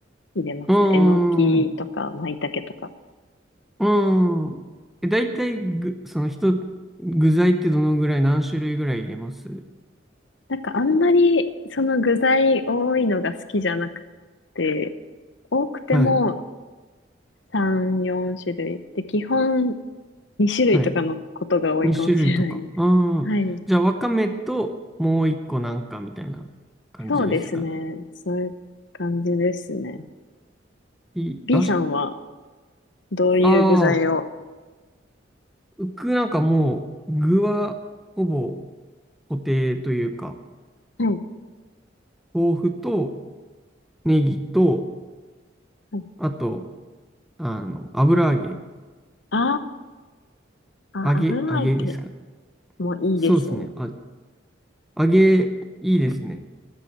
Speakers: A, on the left (about 70°); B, in the centre.
A: 入れますね。
B: うーん、
A: えのきとか、
B: う
A: 舞茸とか。
B: ーん。え、大体ぐ、その人、具材ってどのぐらい、何種類ぐらい入れます
A: なんかあんまり、その具材多いのが好きじゃなくて、多くても
B: はい。
A: 3、4種類。で、基本2種類とかのことが多いかもしれないです。
B: はい。2種類とか。ああ。
A: はい。
B: じゃあ、わかめと、もう一個なんかみたいな感じですかね。
A: そうですね。そういう感じですね。
B: い、
A: B
B: だし、
A: さんはどういう具材を
B: ああ、僕なんかもう、具は、ほぼ固定というか、
A: はい。
B: 豆腐と、ネギと、
A: はい
B: あと、あの、油揚げ。
A: ああ。
B: 揚げ、
A: あ、油揚げ
B: 揚げですかね。
A: もいいですよね。
B: そうですね。あ、揚げ、いいですね。や